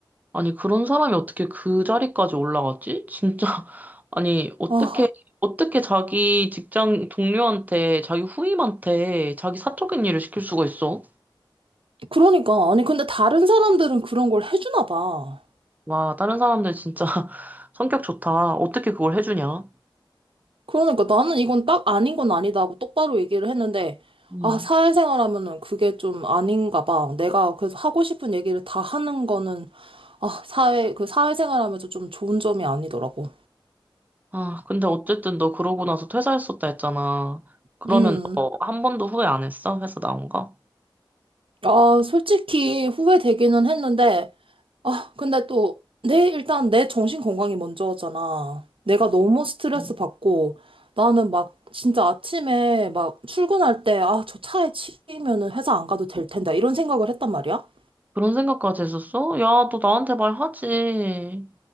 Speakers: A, on the right; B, on the right.
A: 아니, 그런 사람이 어떻게 그 자리까지 올라갔지? 진짜, <laughs> 아니, 어떻게,
B: 아
A: 어떻게 자기 직장 동료한테, 자기 후임한테, 자기 사적인 일을 시킬 수가 있어?
B: 그러니까 아니 근데 다른 사람들은 그런 걸 해주나 봐.
A: 와, 다른 사람들 진짜 <laughs> 성격 좋다. 어떻게 그걸 해주냐?
B: 그러니까 나는 이건 딱 아닌 건 아니다 하고 똑바로 얘기를 했는데,
A: 음.
B: 아, 사회생활 하면은 그게 좀 아닌가 봐. 내가 그래서 하고 싶은 얘기를 다 하는 거는, 아, 사회, 그 사회생활 하면서 좀 좋은 점이 아니더라고.
A: 아, 근데 어쨌든 너 그러고 나서 퇴사했었다 했잖아. 그러면
B: 음,
A: 너 한 번도 후회 안 했어? 회사 나온 거?
B: 아, 솔직히 후회되기는 했는데, 아, 근데 또, 내, 일단 내 정신 건강이 먼저잖아. 내가 너무 스트레스
A: 음.
B: 받고, 나는 막, 진짜 아침에 막 출근할 때, 아, 저 차에 치이면은 회사 안 가도 될 텐데, 이런 생각을 했단 말이야.
A: 그런 생각까지 했었어? 야, 너 나한테 말하지.